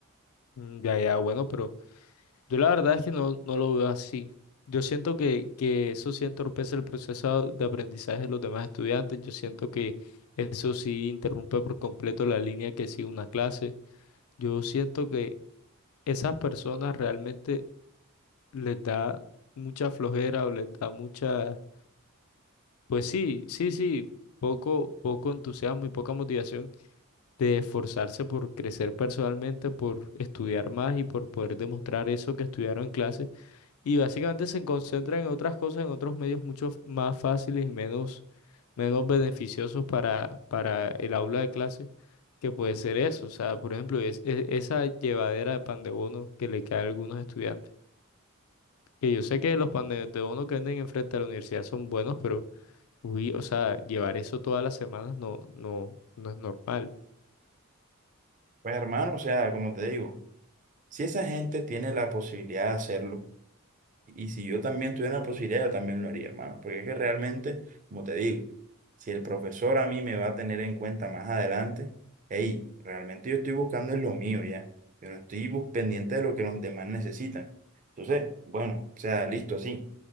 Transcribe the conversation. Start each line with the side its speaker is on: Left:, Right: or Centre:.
Left: Mm, ya, ya, bueno, pero... Yo la verdad es que no, no lo veo así. Yo siento que, que eso sí entorpece el proceso de aprendizaje de los demás estudiantes. Yo siento que eso sí interrumpe por completo la línea que sigue una clase. Yo siento que esas personas realmente les da mucha flojera o les da mucha, pues sí, sí, sí, poco, poco entusiasmo y poca motivación de esforzarse por crecer personalmente, por estudiar más y por poder demostrar eso que estudiaron en clase Y básicamente se concentran en otras cosas, en otros medios mucho f- más fáciles y menos, menos beneficiosos para, para el aula de clase, que puede ser eso. O sea, por ejemplo, es, es- esa llevadera de pan de bono que le cae a algunos estudiantes. Que yo sé que los pan de, de bono que venden enfrente a la universidad son buenos, pero, uy, o sea, llevar eso todas las semanas no, no, no es normal.
Right: Pues hermano, o sea, como te digo, si esa gente tiene la posibilidad de hacerlo, Y si yo también tuviera la posibilidad, yo también lo haría, hermano. Porque es que realmente, como te digo, si el profesor a mí me va a tener en cuenta más adelante, hey, realmente yo estoy buscando es lo mío ya. Yo no estoy bus- pendiente de lo que los demás necesitan. Entonces, bueno, o sea, listo, sí.